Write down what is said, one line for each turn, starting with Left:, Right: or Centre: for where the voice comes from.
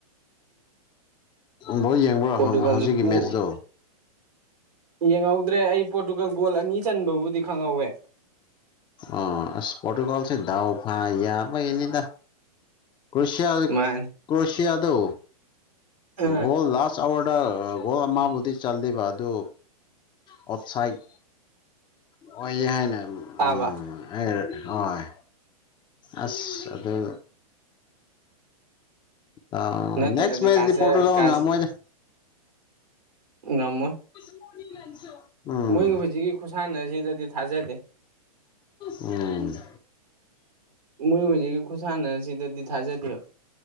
Left: ꯕꯣꯜ ꯌꯦꯡꯕ꯭ꯔꯣ
Right: ꯄꯣꯔꯇꯨꯒꯥꯜꯁꯨ
Left: ꯍꯧ ꯍꯧꯖꯤꯛꯀꯤ
Right: ꯄꯣ
Left: ꯃꯦꯠꯁꯇꯣ
Right: ꯌꯦꯡꯍꯧꯗ꯭ꯔꯦ ꯑꯩ ꯄꯣꯔꯇꯨꯒꯜ ꯒꯣꯜ ꯑꯅꯤ ꯆꯟꯕꯕꯨꯗꯤ ꯈꯪꯍꯧꯋꯦ
Left: ꯑꯥ ꯑꯁ ꯄꯣꯔꯇꯨꯒꯜꯁꯦ ꯗꯥꯥꯎ ꯐꯥ ꯌꯥꯕꯒꯤꯅꯤꯗ ꯀ꯭ꯔꯣꯁꯤꯌꯥ
Right: ꯃꯥꯅꯤ
Left: ꯀ꯭ꯔꯣꯁꯤꯌꯥꯗꯣ
Right: ꯑ
Left: ꯒꯣꯜ ꯂꯥꯁ ꯍꯥꯋꯔꯗ ꯒꯣꯜ ꯑꯃꯕꯨꯗꯤ ꯆꯜꯂꯦꯕ ꯑꯗꯨ ꯑꯣꯐꯁꯥꯏꯠ ꯑꯣꯏꯌꯦ ꯍꯥꯏꯅ
Right: ꯇꯥꯕ
Left: ꯎꯝ ꯍꯣꯏ ꯑꯁ ꯑꯗꯨ ꯑ
Right: ꯅꯠꯇ꯭ꯔꯗꯤ
Left: ꯅꯦꯛꯁ ꯃꯦꯠꯁꯇꯤ
Right: ꯀꯥꯖ
Left: ꯄꯣꯔꯇꯨꯒꯜ
Right: ꯀꯥꯖ
Left: ꯉꯝꯃꯣꯏꯗ
Right: ꯉꯝꯃꯣꯏ
Left: <unintelligible> ꯎꯝ
Right: ꯃꯣꯏꯒꯤ ꯍꯨꯖꯤꯛꯀꯤ ꯈꯨꯁꯥꯟꯅꯁꯤꯗꯗꯤ ꯊꯥꯖꯗꯦ
Left: ꯎꯝ
Right: ꯃꯣꯏ ꯍꯨꯖꯤꯛꯀꯤ ꯈꯨꯨꯁꯥꯟꯅꯁꯤꯗꯗꯤ ꯊꯥꯖꯗꯦꯕ